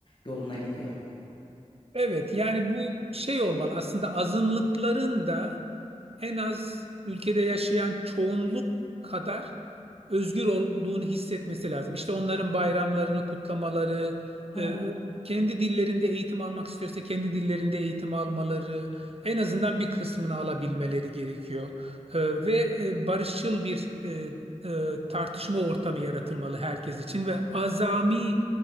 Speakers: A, on the left (about 40°); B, on the right (about 50°).
A: yoluna gidiyor.
B: Evet yani bu şey olmalı aslında azınlıkların da en az ülkede yaşayan çoğunluk kadar özgür olduğunu hissetmesi lazım. İşte onların bayramlarını kutlamaları,
A: Evet,
B: e, kendi dillerinde eğitim almak istiyorsa kendi dillerinde eğitim almaları, en azından bir kısmını alabilmeleri gerekiyor. E, Ve e, barışçıl bir e, e, tartışma ortamı yaratılmalı herkes için ve azami